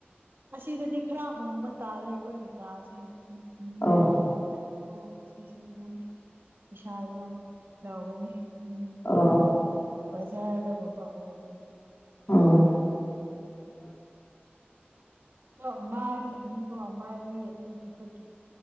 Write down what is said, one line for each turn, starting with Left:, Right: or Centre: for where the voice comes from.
Right: ꯑꯁꯤꯗꯗꯤ ꯈꯔ ꯍꯣꯡꯕ ꯇꯥꯔꯦ ꯑꯩꯈꯣꯏꯒꯤ ꯀꯥꯁꯦ ꯃꯤ
Left: ꯑꯣ
Right: ꯑꯣ ꯁꯤꯁꯦ ꯌꯥꯝ ꯄꯩꯁꯥ ꯌꯥꯝ ꯂꯥꯎꯒꯅꯤ ꯎꯝ
Left: ꯑꯣ
Right: ꯕꯖꯥꯔꯗꯒꯨꯝꯕ ꯑꯣꯏꯔꯗꯤ
Left: ꯑꯣ <unintelligible>
Right: ꯑꯗꯣ ꯃꯥꯏꯒꯤꯅꯤꯀꯣ ꯃꯥꯏꯗꯤ ꯑꯗꯨꯝ ꯑꯩꯈꯣꯏꯒꯤ